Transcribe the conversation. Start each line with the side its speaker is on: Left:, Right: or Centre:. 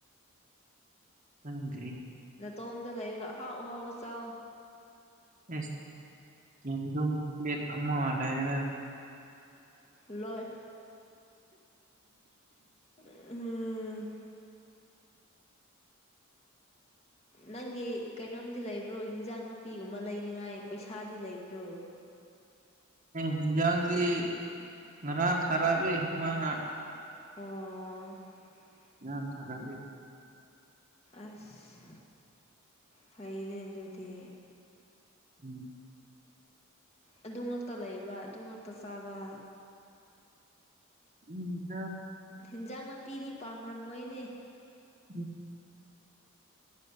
Right: ꯎꯝ
Left: ꯇꯣꯝꯗ ꯂꯩꯔꯒ ꯑꯍꯥꯎ ꯑꯍꯥꯎꯕ ꯆ
Right: ꯑꯦꯁ ꯆꯦꯟꯗꯨꯨꯝ ꯄ꯭ꯂꯦꯠ ꯑꯃ ꯂꯩꯔ
Left: ꯂꯣꯏ ꯎꯝ ꯅꯪꯒꯤ ꯀꯩꯅꯣꯝꯗꯤ ꯂꯩꯕ꯭ꯔꯣ ꯍꯤꯟꯖꯥꯡ ꯅꯥꯄꯤꯒꯨꯝꯕ ꯂꯩꯅꯤꯉꯥꯏ ꯄꯩꯁꯥꯗꯤ ꯂꯩꯕ꯭ꯔꯣ
Right: ꯍꯤꯟꯖꯥꯡꯗꯤ ꯉꯔꯥꯡ ꯊꯥꯔꯛꯑꯦ ꯏꯃꯥꯅ
Left: ꯑꯣ
Right: ꯌꯥꯝ ꯈꯔꯒ
Left: ꯑꯁ ꯐꯅꯦ ꯑꯗꯨꯗꯤ
Right: ꯎꯝ
Left: ꯑꯗꯨ ꯉꯛꯇ ꯂꯩꯕ ꯑꯗꯨ ꯉꯛꯇ ꯆꯥꯕ
Right: ꯎꯝꯀ
Left: ꯍꯤꯟꯖꯥꯡ ꯅꯥꯄꯤꯗꯤ ꯄꯥꯝꯔꯝꯃꯣꯏꯅꯦ
Right: ꯎꯝ